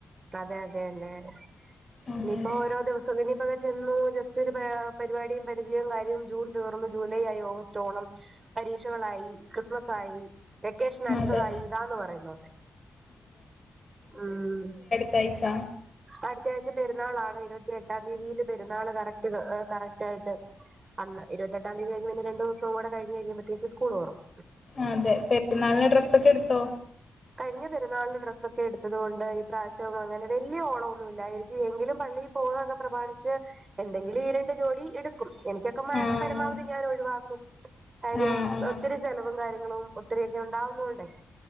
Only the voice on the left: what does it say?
അങ്ങനെ
അതെ
തൈയ്ച്ച.
അതെ പെര്ന്നാളിന് ഡ്രസ്സൊക്കെട്ത്തോ?
ആഹ്
ആഹ് ആഹ്